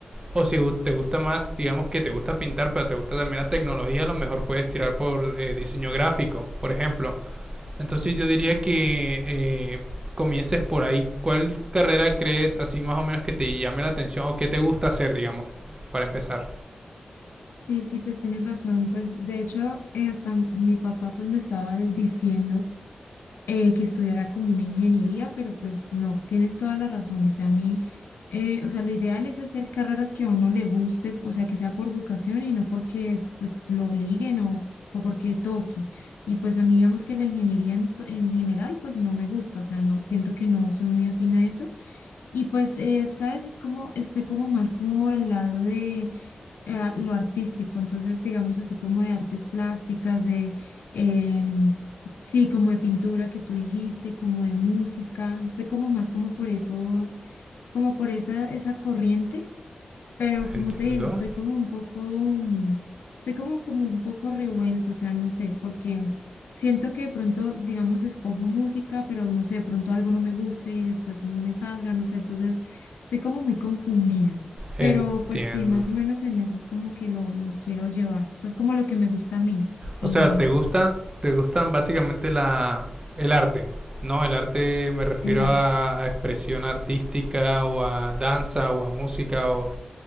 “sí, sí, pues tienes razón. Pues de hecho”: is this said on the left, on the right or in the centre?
Left